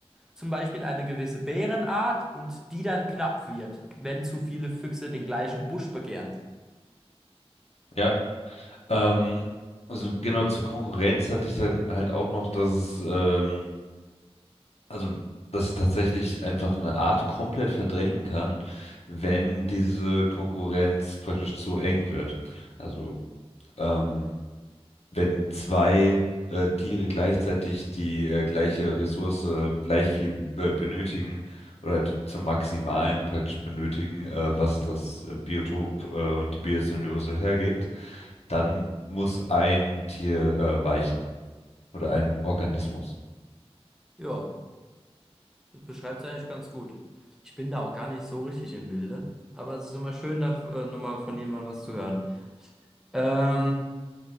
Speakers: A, in the centre; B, on the left.
A: zum Beispiel eine gewisse Bärenart und die dann knapp wird, wenn zu viele Füchse den gleichen Busch begehren.
B: ja. Ähm, also genau zur Konkurrenz hatte ich dann halt auch noch, dass es ähm, Also, dass es tatsächlich einfach eine Art komplett verdrängen kann, wenn diese Konkurrenz praktisch zu eng wird. Also, ähm, wenn zwei äh, Tiere gleichzeitig die äh, gleiche Ressource gleich viel äh, benötigen oder halt zum Maximalen praktisch benötigen, äh, was das äh, Biotop äh, und die Biozönose hergibt, dann muss ein Tier äh, weichen oder ein Organismus.
A: Ja, das beschreibt es eigentlich ganz gut. Ich bin da auch gar nicht so richtig im Bilde, aber es ist immer schön, da äh, nochmal von jemandem was zu hören. Ähm,